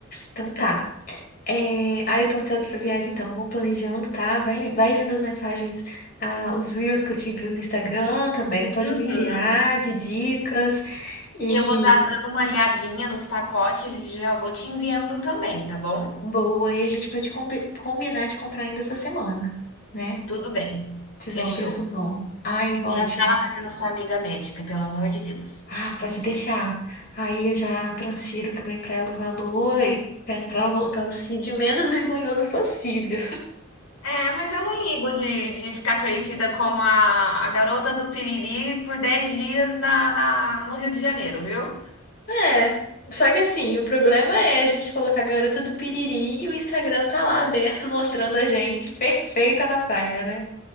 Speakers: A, on the left (about 45°); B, on the left (about 85°).
A: Então tá. É... Ah, eu tô ansiosa pra viagem, então. Vamos planejando, tá? Vai, vai vendo as mensagens, ah, os reels que eu te envio no Instagram também. Pode
B: Uhum.
A: me enviar de dicas. E
B: E eu vou estar dando uma olhadinha nos pacotes e já vou te enviando também, tá bom?
A: boa, E a gente pode combi- combinar de comprar ainda essa semana, né?
B: Tudo bem,
A: Se
B: fechou.
A: tiver um preço bom. Ai, ótimo.
B: E já fala com aquela sua amiga médica, pelo amor de Deus.
A: Ah, pode deixar. Aí eu já transfiro também pra ela o valor e peço pra ela colocar o CID menos <laughs> vergonhoso possível.
B: É, mas eu não ligo de, de ficar conhecida como a, a garota do Piriri por 10 dias na, na- no Rio de Janeiro, viu?
A: É. Só que assim, o problema é a gente colocar a garota do piriri e o Instagram tá lá aberto mostrando a gente perfeita na praia, né?